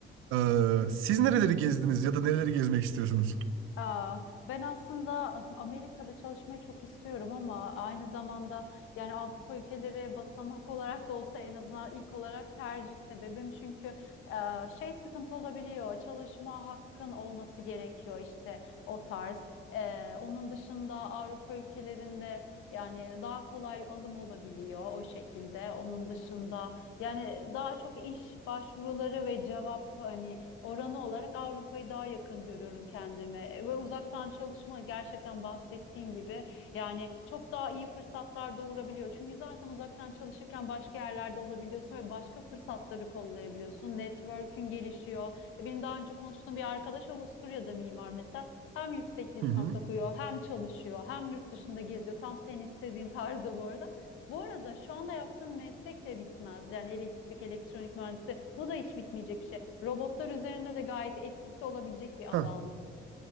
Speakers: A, on the right; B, on the left.
A: Ee, siz nereleri gezdiniz ya da nereleri gezmek istiyorsunuz?
B: Aa, ben aslında Amerika'da çalışmayı çok istiyorum ama aynı zamanda yani Avrupa ülkeleri basamak <laughs> olarak da olsa en azından ilk olarak tercih sebebim çünkü e, şey sıkıntı olabiliyor çalışma hakkın olması gerekiyor işte o tarz. E, onun dışında Avrupa ülkelerinde yani daha kolay alım olabiliyor o şekilde. Onun dışında yani daha çok iş başvuruları ve cevap hani oranı olarak Avrupa'yı daha yakın görüyorum kendime. E, Ve uzaktan çalışma gerçekten bahsettiğin gibi yani çok daha iyi fırsatlar doğurabiliyor. Çünkü zaten uzaktan çalışırken başka yerlerde olabiliyorsun ve başka fırsatları kollayabiliyorsun. Network'ün gelişiyor. E, Benim daha önce konuştuğum bir arkadaş Avusturya'da mimar mesela. Hem yüksek lisans
A: Hı hı.
B: okuyor, hem çalışıyor, hem yurt dışında geziyor. Tam senin istediğin tarzda bu arada. Bu arada şu anda yaptığım meslek de bitmez. Yani elektrik, elektronik mühendisi bu da hiç bitmeyecek bir şey. Robotlar üzerinde de gayet etkisi olabilecek bir alan.
A: <laughs>